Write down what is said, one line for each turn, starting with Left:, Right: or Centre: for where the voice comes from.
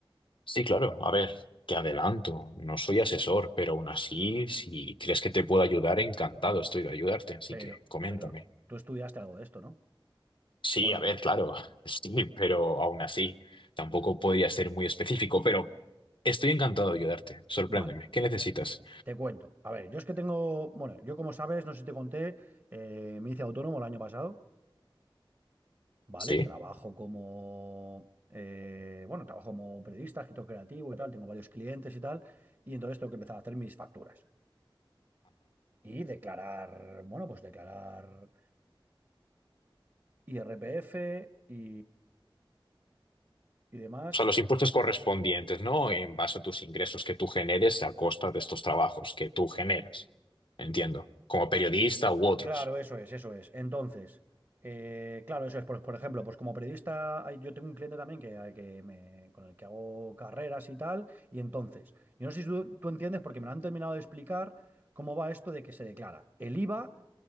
Left: Sí, claro, a ver, te adelanto, no soy asesor, pero aún así, si crees que te puedo ayudar, encantado estoy de ayudarte, así
Right: Pero,
Left: que coméntame.
Right: pero tú estudiaste algo de esto, ¿no?
Left: Sí,
Right: ¿O no?
Left: a ver, claro, <laughs> sí, pero aún así, tampoco podría ser muy específico, pero estoy encantado de ayudarte, sorpréndeme,
Right: Vale.
Left: ¿qué necesitas?
Right: Te cuento. A ver, yo es que tengo, bueno, yo como sabes, no sé si te conté, eh, me hice autónomo el año pasado, ¿vale?
Left: Sí,
Right: Trabajo como, eh, bueno, trabajo como periodista, escritor creativo y tal, tengo varios clientes y tal, y entonces tengo que empezar a hacer mis facturas y declarar, bueno, pues declarar IRPF y, y demás.
Left: O sea, los impuestos correspondientes, ¿no? En base a tus ingresos que tú generes a costa de estos trabajos que tú generas. Entiendo. Como periodista u otros.
Right: Claro, eso es, eso es. Entonces, eh, claro, eso es. Por, por ejemplo, pues como periodista, hay- yo tengo un cliente también que, al que me- con el que hago carreras y tal. Y entonces, yo no sé si tú, tú entiendes, porque me lo han terminado de explicar, cómo va esto de que se declara el IVA